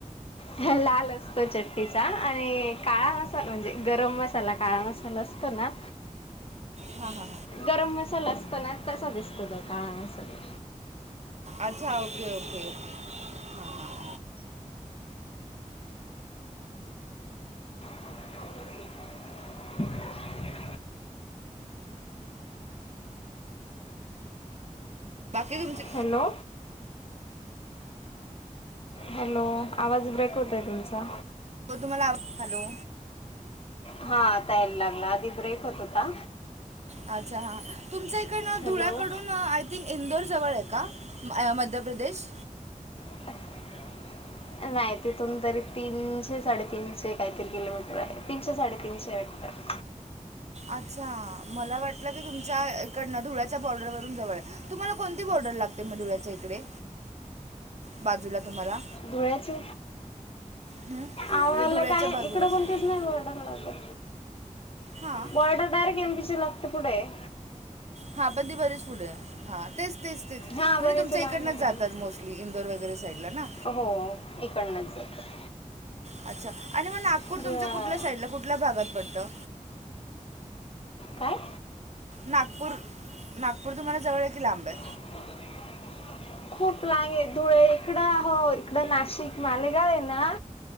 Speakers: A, on the left (about 45°); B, on the right (about 55°).
A: हं लाल असतो चटणीचा आणि काळा मसाला म्हणजे गरम मसाला काळा मसाला असतो ना
B: हा हा.
A: गरम मसाला असतो ना तसा दिसतो तो काळा मसाला.
B: अच्छा ओके ओके. हां हां
A: <inaudible> <inaudible>
B: बाकी तुमची
A: हॅलो. हॅलो आवाज ब्रेक होतोय तुमचा.
B: हो तुम्हाला आवा हॅलो.
A: हा आता यायला लागला आधी ब्रेक होत होता.
B: अच्छा हा. तुमच्या इकडनं
A: हॅलो
B: धुळ्याकडून अं ती इंदोर जवळय का म मध्यप्रदेश?
A: <inaudible> नाही तिथून तरी तीनशे साडेतीनशे काहीतरी किलोमीटर आहे तीनशे साडेतीनशे हाय वाटतं.
B: अच्छा मला वाटलं की तुमच्या इकडनं धुळ्याच्या बॉर्डर वरून जवळय. तुम्हाला कोणती बॉर्डर लागते मग धुळ्याच्या इकडे बाजूला तुम्हाला?
A: धुळ्याची.
B: हं?
A: आम्हाला
B: म्हणजे धुळ्याच्या
A: काय
B: बाजूलाच
A: इकडं कोणतीच
B: आहे.
A: नाही बॉर्डर लागत.
B: हां
A: बॉर्डर डायरेक्ट एम पी ची लागते पुढंय.
B: हा पण ती बरीच पुढय. हा तेच तेच तेच
A: हां
B: म्हणजे
A: बरेच
B: तुमच्या
A: लांब
B: इकडनंच
A: आहे काय
B: जातात मोस्टली इंदोर वगैरे साईडला ना.
A: हो इकडंनच जातात.
B: अच्छा आणि मग नागपूर
A: धुळा
B: तुमचं कुठल्या साईडला कुठल्या भागात पडतं?
A: काय?
B: नागपूर नागपूर तुम्हाला जवळय की लांबय?
A: <inaudible> खूप लांबे धुळे इकडं हो इकडं नाशिक मालेगावय ना